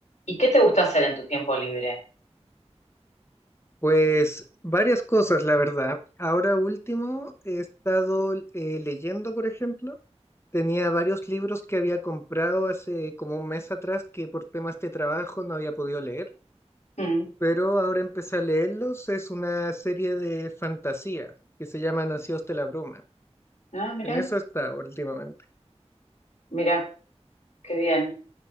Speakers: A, on the left; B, on the left.
A: ¿Y qué te gusta hacer en tu tiempo libre?
B: Pues varias cosas, la verdad. Ahora último, he estado eh, leyendo, por ejemplo. Tenía varios libros que había comprado hace como un mes atrás que por temas de trabajo no había podido leer,
A: Mm.
B: pero ahora empecé a leerlos. Es una serie de fantasía que se llama Nacidos de la Bruma.
A: Ah, mira,
B: En eso está últimamente.
A: mira, qué bien.